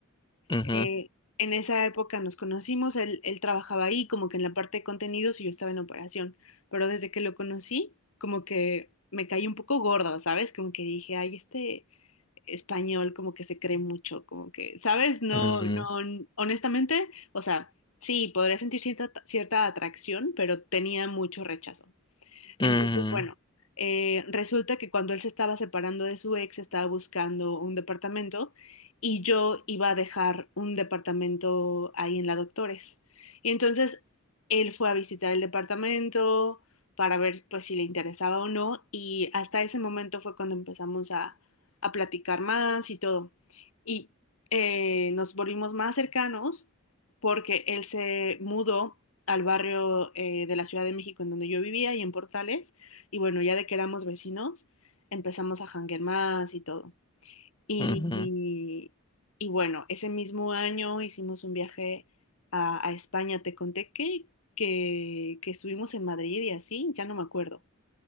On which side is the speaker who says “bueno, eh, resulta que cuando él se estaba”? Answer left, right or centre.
Left